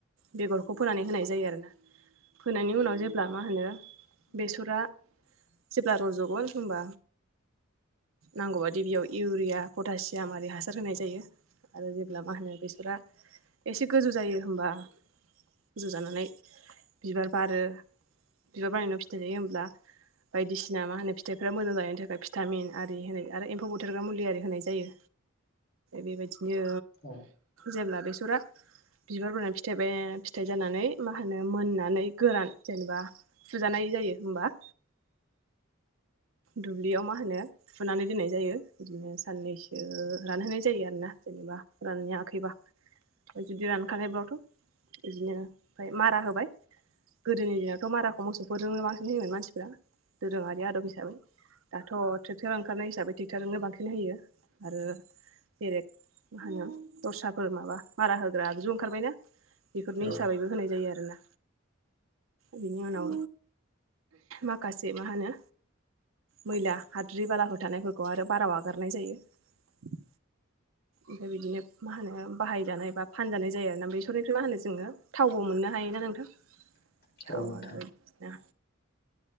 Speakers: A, on the right; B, on the left.
A: बेगरखौ फोनानै होनाय जायो आरोना। फोनायनि उनाव जेब्ला मा होनो बेसरा जेब्ला रज'गोन होनबा। नांगौबादि बेयाव इउरिया पटासियाम आरि हासार होनाय जायो। आरो जेब्ला मा होनो बेसरा एसे गोजौ जायो होमबा गोजौ जानानै बिबार बारो बिबार बानायनायाव फिथाइ जायो होमब्ला बायदिसिना मा होनो फिथाइफोरा मोजां जानायनि थाखाय भिटामिन आरि होनाय आरो एम्फौ बुथारग्रा मुलि आरि होनाय जायो। बेबायदिनो
B: औ
A: जेब्ला बेसरा बिबार बारनानै फिथाइ फिथाइ जानानै मा होनो मोननानै गोरान जेनेबा फुजानाय जायो होमबा दुब्लियाव मा होनो फुनानै दोननाय जायो बिदिनो साननैसो रानहोनाय जायो आरोना। जेनेबा राननायाखैबा जुदि रानखानायब्लाथ' इदिनो ओमफाय मारा होबाय। गोदोनि दिनावथ' मारा मोसौफोर रोङो बांसिन जयोमोन मानसिफ्रा दोरोङारि आदब हिसाबै। दाथ' ट्रेक्टर ओंखारनाय हिसाबै ट्रेक्टरजोंनो बांसिन होयो आरो। बेलेग मा होनो दस्राफोर माबा मारा होग्रा ज' ओंखारबायना? बेफोरनि
B: औ
A: हिसाबैबो होनाय जायो आरो ना। बिनि उनाव माखासे मा होनो मैला हाद्रि बालाफोर थानायफोरखौ आरो बारा आगारनाय जायो।
B: <inaudible>
A: ओमफ्राय बिदिनो मा होनो बाहायजानाय बा फानजानाय जायो आरोना बेसरनिख्रुइ मा होनो जोङो थावबो मोननो हायोना नोंथां।
B: <inaudible>
A: थाव
B: नोंथां
A: आरो बायना